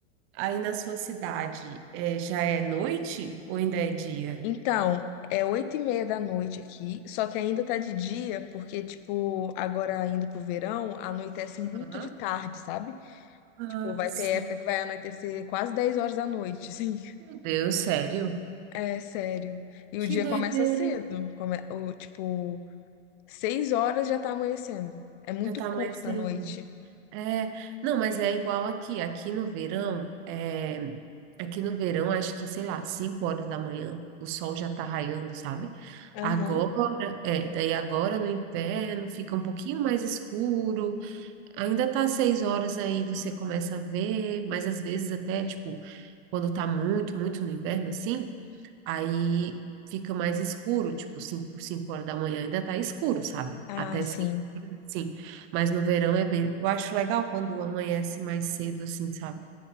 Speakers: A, on the right (about 35°); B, on the left (about 45°).
A: aí na sua cidade, é, já é noite ou ainda é dia?
B: Então, é oito e meia da noite aqui, só que ainda tá de dia, porque, tipo, agora indo pro verão, anoitece muito
A: Hã?
B: de tarde, sabe?
A: Ah,
B: Tipo, vai
A: sim.
B: ter época que vai anoitecer quase 10 horas da noite, <laughs> assim.
A: Meu Deus, sério?
B: É sério. E o
A: Que
B: dia
A: doideira.
B: começa cedo, come... o, tipo, seis horas já tá amanhecendo. É muito
A: Já tá amanhecendo.
B: curta a noite.
A: É, não, mas é igual aqui. Aqui no verão, é, aqui no verão, acho que, sei lá, 5 horas da manhã, o sol já tá raiando, sabe?
B: Aham.
A: Agora, é, daí agora no inverno fica um pouquinho mais escuro, Ainda tá seis horas aí, você começa a ver, mas às vezes até, tipo, quando tá muito, muito no inverno, assim, aí fica mais escuro, tipo, cinco, cinco horas da manhã ainda tá escuro, sabe?
B: Ah,
A: Até
B: sim.
A: cinco, horas, assim. Mas no verão é bem... Eu acho legal quando amanhece mais cedo, assim, sabe?